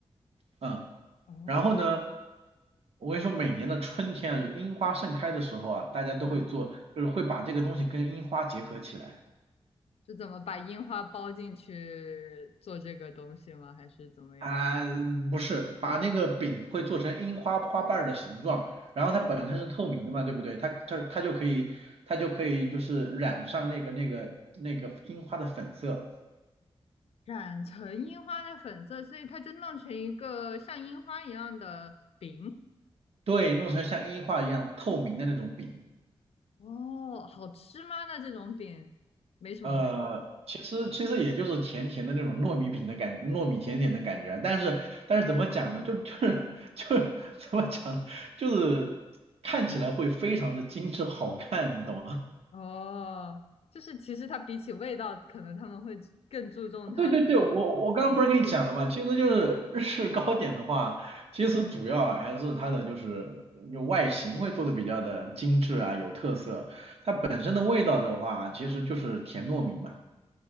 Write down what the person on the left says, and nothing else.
哦，
嗯，
是怎么把樱花包进去做这个东西吗？还是怎么样？
哦
染成樱花的粉色，所以它就弄成一个像樱花一样的饼。
哦，好吃吗？那这种饼没什么味
道哦，就是其实它比起味道，可能他们会更注重它的
形式。